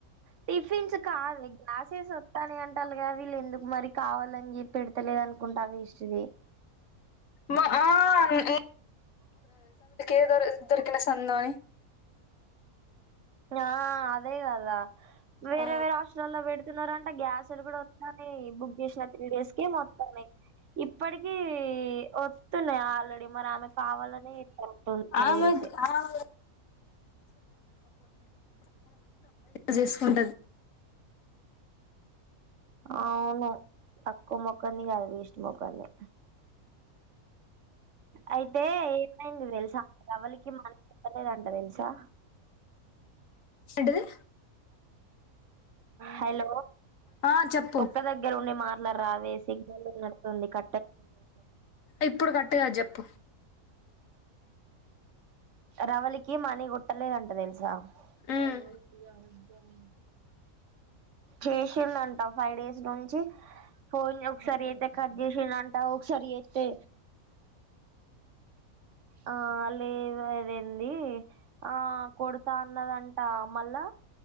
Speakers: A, on the right; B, on the left.
A: టిఫిన్స్ కాాలి గ్లాసెస్ వత్తానే అంట అంటలుగా వీళ్ళు ఎందుకు మరి కావాలని చెప్పి పెడతలేదు అనుకుంటా ఇస్ది
B: మా <unintelligible> ఏదో ఇద్దొరికనా సంతా
A: ఆ అదే కదా వేరే
B: ఆ
A: వేరే హాస్టటల్లో పెడుతున్నారంటే గ్యాస్లు కూడా వస్తు న బుక్ చేసిన త్రీ డేస్కి మొత్తంన్నాయి ఇప్పటికీ వస్తున్నాయి ఆల్రెడీ మరి ఆమె కావాలని తెలిసి
B: ఆమె ఆమె చేసుకుంటది
A: అవును తక్కువ మొక్కని వేస్ట్ మొక్కంది
B: అ
A: అయితే ఏమైంది తెలుసా అ రవలికి మన పప్పలేదంట తెలుసా
B: ఇంటిది
A: హలో
B: ఆ చెప్పు
A: ఒక్క దగ్గర ఉండి మాటలు రావే సిగ్నల్డుతుంది క
B: ఇప్పుడు కట్టుగా చెప్పు
A: రవలికి మనీ కొట్టలే ఉంటది తెల్సా <unintelligible>
B: హ్మ్
A: చేసిండ అంటా ఫైవ్ డేస్ నుంచి ఫోన్ ఒకసారి అయితే కట్ చేసి అంట ఒకసారి అయితే అ ఆ లేదు అదడి ఆ కొడుతా అన్నదంట మళ్ళా